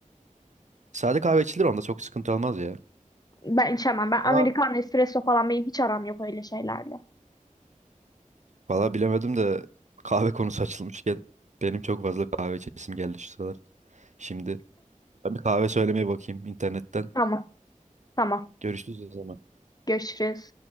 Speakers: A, on the right; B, on the left.
A: Sade kahve içilir onda çok sıkıntı olmaz ya.
B: Ben içemem. Ben Amerikan
A: Ama
B: espresso falan benim hiç aram yok öyle şeylerle.
A: valla bilemedim de kahve konusu açılmışken benim çok fazla kahve içesim geldi şu sıralar. Şimdi ben bir kahve söylemeye bakayım internetten.
B: Tamam. Tamam.
A: Görüşürüz o zaman.
B: Görüşürüz.